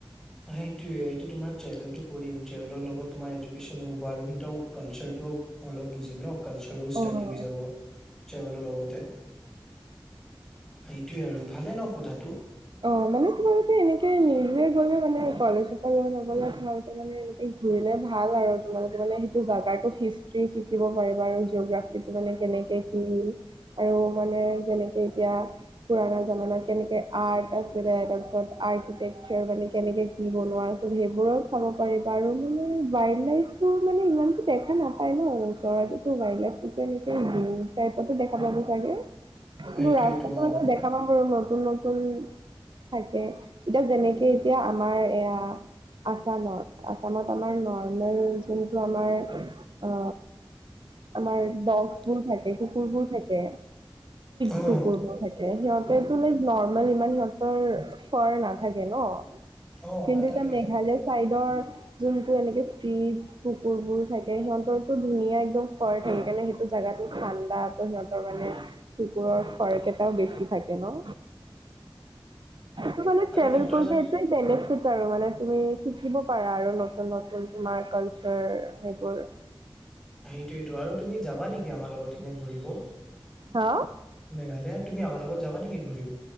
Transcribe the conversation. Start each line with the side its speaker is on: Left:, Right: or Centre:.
Centre: সেইটোয়ে এইটো তোমাৰ ট্ৰেভেলটো কৰিম ট্ৰেভেলৰ লগত তোমাৰ এডুকেচনো হ'ব আৰু কি কালচাৰটো অলপ বুজিম ন কালচাৰ ষ্টডি
Right: অ
Centre: হৈ যাব ট্ৰেভেলৰ লগতে। সেইটোয়ে আৰু ভালে ন কথাতটো।
Right: অ' মানে তোমালোকে এনেকে নিজে গলে মানে কলেজ পৰা লৈ নগলে তোমালোকে মানে এনে ঘুৰিলে ভাল আৰু তোমালোকে মানে সেইটো জাগগাতো হিষ্ট্ৰি শিকিব পাৰিবা আৰু জিঅগ্ৰাফি। মানে কেনেকে কি আৰু মানে যেনেকে এতিয়া পুৰণা জামানত কেনেকে আৰ্ট আছিলে তাৰপিছত আৰ্কিটেকচাৰ মানে কেনেকে কি বনোৱা আছিল সেইবোৰ চাব পাৰিবা আৰু। মান ৱাইল্ড লাইফ তটো মানে ইমানতো দেখা নাপায় ন ওচৰতেো ৱাইলড লাইফ টো এনেকে টাইপতে দেখা পাব চাগে কি
Centre: সেইটোয়েটো
Right: ৰাস্তাখন
Centre: অ
Right: দেখা পাম বাৰ নতুন নতুন। থাকে এতিয়া যেনেকে এতিয়া আমাৰ এয়া আছামত আছামত আমাৰ নৰ্মেল যোনটো আমাৰ অ আমাৰ দ্ বোৰ থাকে কুকুৰবোৰ থাকে।
Centre: অ
Right: সুকুৰ ন থাকে সিহঁতেটোে নৰ্মেল ইমান সিহত তৰ ফৰ নাথাকে ন।
Centre: অ
Right: কিন্তু
Centre: নাথাকে
Right: এতিয়া মেঘালয় চাইডৰ যোনটো এনেকে্ কুকুৰবোৰ থাকে সিহঁতৰো ধুনীয়া একদম খৰ থাকে কাৰণে সেইটো জোগাতো ঠাণ্ডা সিহঁতৰ মানে। কুকুৰৰ খৰক এটাও বেছি থাকে ন।
Centre: <inaudible>
Right: ত কালে
Centre: আৰু
Right: ্ৰেভেল
Centre: সিহঁতৰ
Right: কৰতে
Centre: জান
Right: দলে আৰু মানে তুমি শিকিব পাৰা আৰু নতুন নতুন তোমাৰ কালচাৰ সেইবোৰ।
Centre: সেইটোয়টো আৰু তুমি যাবা নেকি আমাৰ লগত এনে ঘূৰিব।
Right: হা
Centre: মেঘালয় তুমি আমাৰ লগত যাবা নেকি ঘূৰি?